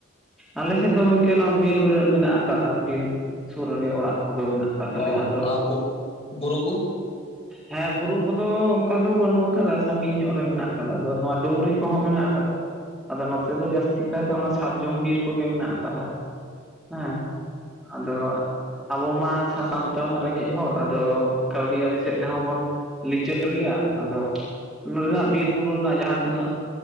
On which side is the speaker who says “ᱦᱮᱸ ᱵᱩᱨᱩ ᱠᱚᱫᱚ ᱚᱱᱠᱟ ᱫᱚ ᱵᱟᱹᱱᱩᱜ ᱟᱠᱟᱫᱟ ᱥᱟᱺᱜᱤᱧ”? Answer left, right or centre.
Centre